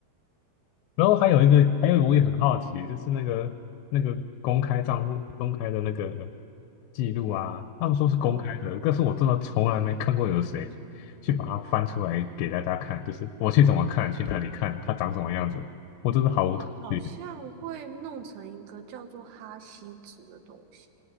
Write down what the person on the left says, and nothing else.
然后还有一个，还有一个我也很好奇，就是那个那个公开账户、公开的那个记录啊，他们说是公开的，
但是我真的从来没看过有谁去把它翻出来给大家看，就是我去怎么看，去那里看，它长什么样子，我真的毫无头绪。